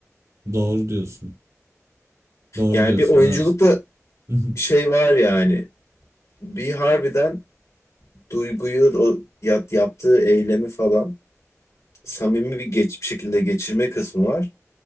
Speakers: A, on the right; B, on the left.
A: Doğru diyorsun. Doğru
B: Yani
A: diyorsun.
B: bir oyunculukta
A: Evet. <laughs>
B: şey var yani bir harbiden duyguyu o yap- yaptığı eylemi falan samimi bir geç bir şekilde geçirme kısmı var.